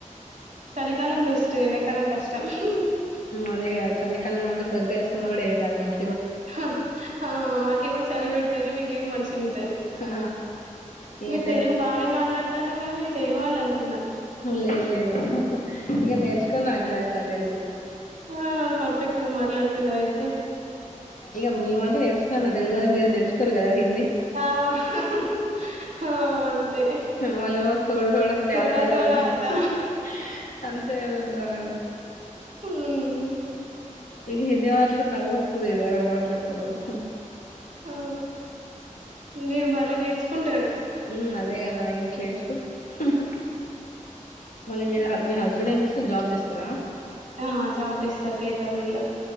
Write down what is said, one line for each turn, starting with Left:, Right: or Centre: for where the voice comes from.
Right: చలికాలం బెస్ట్ ఎండకాలం కష్ ఉహు
Left: అదేగా చలికాలం అంటె పెరుక ఏసుకున్న కూడా ఏం కాదు మల్
Right: హా హా హా మాకేమో చలి పెడతే మీకేమో మంచిగా ఉంటది
Left: ఆ ఈ
Right: మీరు
Left: ఎండకు
Right: తెలుగు బానే మాట్లాడుతారు మరి నేను తెలుగు వాళ్ళు అనుకున్నా
Left: లేదు లేదు ఇగ నేర్చుకున్నా అట్లాట్లా తెలుగు
Right: ఆ పర్ఫెక్ట్గా మాట్లాడు ఉన్నారు అయితే
Left: ఇగ మేమంటే నర్చుకున్నా తెలుగోళ్లు మీరు నేర్చుకోవాలి కదా హిన్
Right: ఆ హా హా హా హా హా అంతే
Left: వాళ్ళేమో తోడ తోడ ప్యాజాదాలో
Right: తోడా తోడా
Left: అంట
Right: ఆతా
Left: ఆహ్ ఆహ్ అంతే కదా గోరంగా
Right: ఉమ్
Left: ఇగ ఇదే మాట్లాడదు నవు ఇ వార మాట్లాడతారు ఆహా
Right: ఆ మీరు మళ్ళా నేర్చుకుంటారు
Left: మ్మ్ అదే కదా ఇగ కేస్కు హ హ మళ్ళ మీర్ మీ హాజ ఇప్పుడ ఏం చేస్తారు జాబ్ చేస్తారా
Right: ఆ జాబ్ చేస్తారు పేపర్ మిల్లు